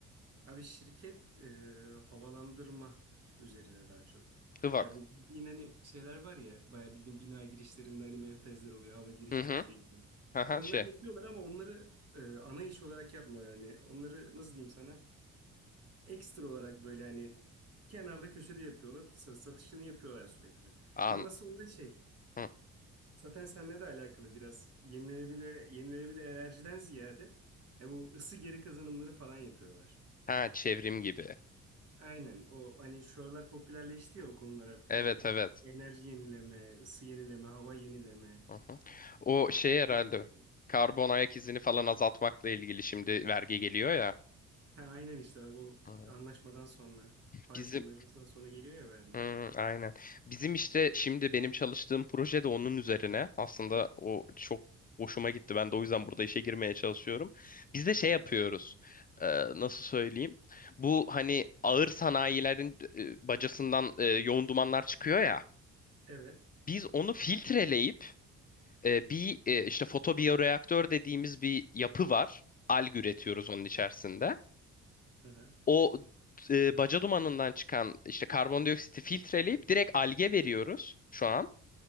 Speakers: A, on the right; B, on the left.
A: Abi şirket e, havalandırma üzerine daha çok.
B: Hıvak.
A: Ya bu bildiğin hani şeyler var ya bayağı bildiğin bina girişlerinde hani menfezler oluyor hava giriş
B: Hı hı.
A: çıkışı için.
B: Aha,
A: Onları
B: şey.
A: yapıyorlar ama onları e, ana iş olarak yapmıyorlar yani. Onları nasıl diyeyim sana? ekstra olarak böyle hani kenarda köşede yapıyorlar. sa- satışını yapıyorlar sürekli.
B: An.
A: Buna nasıl oluyor şey?
B: Hı.
A: Zaten seninle de alakalı biraz yenilenebilir, yenilenebilir enerjiden ziyade e, bu ısı geri kazanımları falan yapıyorlar.
B: Ha çevrim gibi.
A: Aynen o hani şu aralar popülerleşti ya o konular artık
B: Evet
A: hani
B: evet.
A: enerji yenileme, ısı yenileme, hava yenileme.
B: Hı hı. O
A: Ha,
B: şey
A: onu
B: herhalde
A: da çok seviyorum.
B: karbon ayak izini falan azaltmakla ilgili şimdi vergi geliyor ya.
A: Ha, aynen işte bak o
B: Hı.
A: anlaşmadan sonra Paris
B: Bizim
A: Anlaşması'ndan sonra geliyor ya vergi.
B: Hı, aynen. Bizim işte şimdi benim çalıştığım proje de onun üzerine. Aslında o çok hoşuma gitti. Ben de o yüzden burada işe girmeye çalışıyorum. Biz de şey
A: Hı hı.
B: yapıyoruz. Ee, nasıl söyleyeyim? Bu hani ağır sanayilerin e, bacasından e, yoğun dumanlar çıkıyor ya.
A: Evet.
B: Biz onu filtreleyip e, bir e, işte fotobiyoreaktör dediğimiz bir yapı var. Alg üretiyoruz onun içerisinde.
A: Hı hı.
B: O e, baca dumanından çıkan işte karbondioksiti filtreleyip direkt alge veriyoruz şu an.